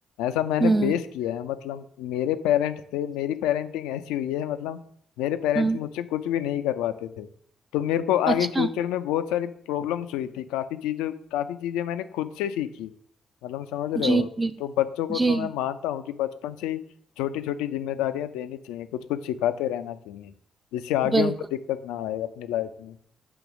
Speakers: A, on the left; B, on the right.
A: ऐसा मैंने
B: हम्म
A: फेस किया है मतलब मेरे पेरेंट्स थे मेरी पेरेंटिंग ऐसी हुई है मतलब मेरे पेरेंट्स
B: हाँ
A: मुझसे कुछ भी नहीं करवाते थे तो मेरे को
B: अच्छा
A: आगे फ्यूचर में बहुत सारी प्रॉब्लम्स हुई थी काफी चीजें काफी चीजें मैंने खुद से सीखी मतलब समझ रहे
B: जी
A: हो
B: जी
A: तो बच्चों को
B: जी
A: तो मैं मानता हूँ कि बचपन से ही छोटी छोटी जिम्मेदारियां देनी चाहिए कुछ कुछ सिखाते रहना चाहिए जिससे आगे
B: बिल्कुल
A: उनको दिक्कत ना आए अपनी लाइफ में।